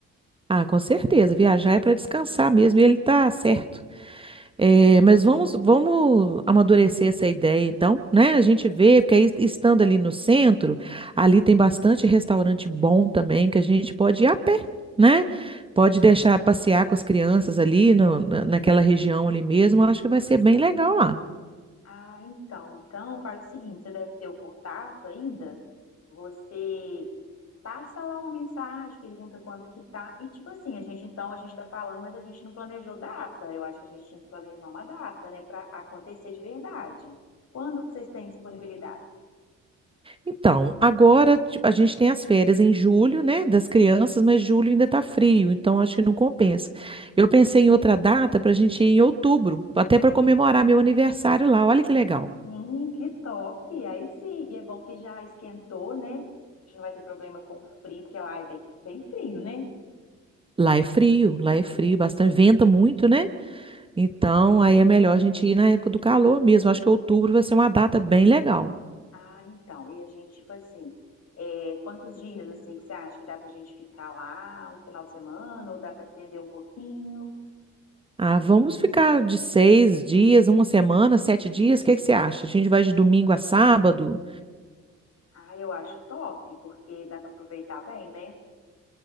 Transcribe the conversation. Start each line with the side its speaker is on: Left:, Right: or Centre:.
Right: Ah, com certeza. Viajar é para descansar mesmo, e ele tá certo. Eh, mas vamos, vamos amadurecer essa ideia, então, né? A gente vê, porque aí, estando ali no centro, ali tem bastante restaurante bom também, que a gente pode ir a pé, né? Pode deixar passear com as crianças ali no- na- naquela região ali mesmo. Eu Acho que vai ser bem legal lá.
Left: Ah, então, então faz o seguinte, você deve ter o contato ainda. Você passa lá uma mensagem, pergunta quanto que tá e tipo assim, a gente então a gente tá falando, mas a gente não planejou data. Eu acho que a gente tinha que planejar uma data, né, para acontecer de verdade. Quando que vocês têm disponibilidade?
Right: Então, agora ti- a gente tem as férias em julho, né, das crianças, mas julho ainda tá frio, então acho que não compensa. Eu pensei em outra data para a gente ir em outubro, até para comemorar meu aniversário lá. Olha que legal.
Left: Hum, que top! Aí sim, e é bom que já esquentou, né? A gente não vai ter problema com o frio, porque lá é bem, bem frio, né?
Right: Lá é frio, lá é frio, bastante, venta muito, né? Então, aí é melhor a gente ir na época do calor mesmo. Acho que outubro vai ser uma data bem legal.
Left: Ah, então, e a gente, tipo assim, é, quantos dias, assim, que você acha que dá pra gente ficar lá, um final de semana, ou dá pra estender um pouquinho?
Right: Ah, vamos ficar de seis dias, uma semana, sete dias. O que que você acha? A gente vai de domingo a sábado?
Left: Ah, eu acho top, porque dá pra aproveitar bem, né?